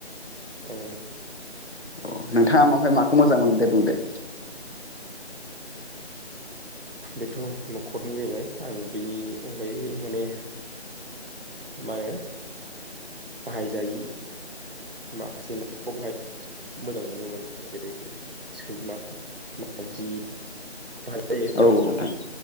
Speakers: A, on the right; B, on the left.
A: औ।
B: अ नोंथाङा ओमफाय मा माखौ मोजां मोनो दे बुंदो?
A: बेथ नख'रनि जाहैबाय आं बिनि अनगायै माने मायो बाहायजायि माखासे न'आव बाहाय जायै मोजां मोनो माने जेरै सैमा, मावजि, <unintelligible> खिन्थु
B: औ
A: <unintelligible>
B: नोंथां